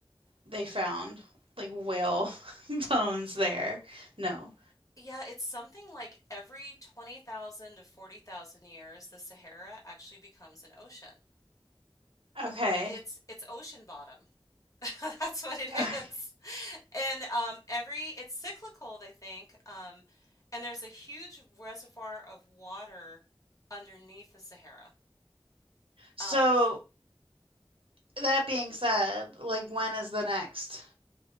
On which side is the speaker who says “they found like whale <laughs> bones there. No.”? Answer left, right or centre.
Right